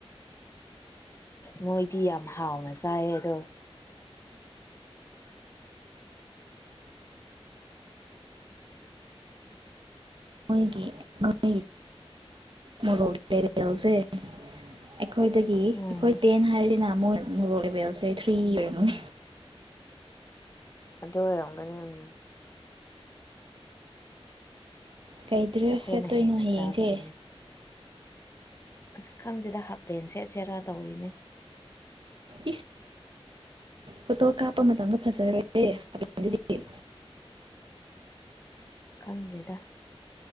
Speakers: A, on the left; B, on the right.
A: ꯃꯣꯏ ꯏꯗꯤ ꯌꯥꯝ ꯍꯥꯎꯅ ꯆꯥꯏꯑꯌꯦ ꯑꯗꯣ
B: ꯣꯏꯒꯤꯣꯏꯒꯤ ꯃꯣꯔꯣꯛꯔꯤꯦꯜꯁꯦ ꯑꯩꯈꯣꯏꯗꯒꯤ
A: ꯎꯝ
B: ꯑꯩꯈꯣꯏ ꯇꯦꯟ ꯍꯥꯏꯔꯅꯤꯅ ꯃꯣꯏ ꯃꯣꯔꯣꯛ ꯑꯦꯦꯕꯦꯜꯁꯦ ꯊ꯭ꯔꯤ ꯏꯔꯝꯅꯤ
A: ꯑꯗꯨ ꯑꯣꯏꯔꯝꯒꯅꯤ ꯎꯝ
B: ꯀꯩ ꯗ꯭ꯔꯦꯁ
A: ꯑꯩꯈꯣꯏꯅ
B: ꯁꯦꯠꯇꯣꯏꯅꯣ
A: ꯍꯦꯟꯅ
B: ꯍꯌꯦꯡꯁꯦ
A: ꯆꯥꯕꯒꯤꯅꯦ ꯑꯁ ꯈꯪꯗꯦꯗ ꯍꯥꯞꯄꯦꯟ ꯁꯦꯠꯁꯦꯔꯥ ꯇꯧꯔꯤꯅꯦ
B: ꯏꯁ ꯑꯣꯗꯣ ꯀ ꯀꯄ ꯃꯇꯝꯗ ꯐꯖꯔꯣꯏ <unintelligible>
A: ꯈꯪꯗ꯭ꯔꯤꯗ